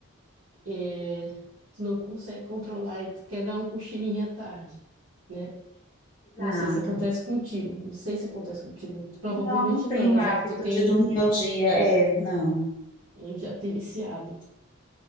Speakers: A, on the right; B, on the left.
A: é, é, tu não consegue controlar e tu quer dar um cochilinho à tarde, né?
B: Exato.
A: Não sei se acontece contigo, não sei se acontece contigo. Provavelmente
B: Não, não tenho
A: não,
B: hábito
A: já que tu tem,
B: de dormir ao dia. É, não.
A: já tem esse hábito.